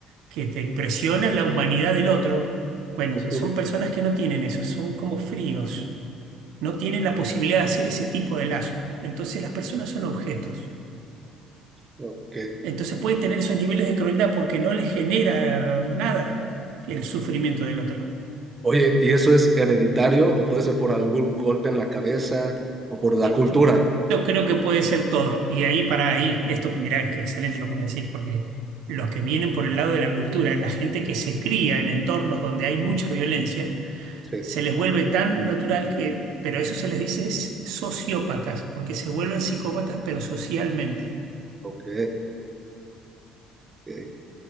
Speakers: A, on the right; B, on the right.
A: que te impresiona la humanidad del otro? Bueno,
B: Ok,
A: son personas que no tienen eso, son como fríos, no tienen la posibilidad de hacer ese tipo de lazo. Entonces las personas son objetos.
B: ok.
A: Entonces pueden tener esos niveles de crueldad porque no les genera nada el sufrimiento del otro.
B: Oye, ¿y eso es hereditario o puede ser por algún golpe en la cabeza o por la
A: eh,
B: cultura?
A: eh, Yo creo que puede ser todo. Y ahí para ahí, esto, mirá, es que excelente lo que me decís, porque los que vienen por el lado de la cultura, la gente que se cría en entornos donde hay
B: Ujú,
A: mucha violencia,
B: Sí,
A: se les vuelve tan natural que, pero eso se les dice es sociópatas, porque se vuelven psicópatas, pero socialmente.
B: ok. ok.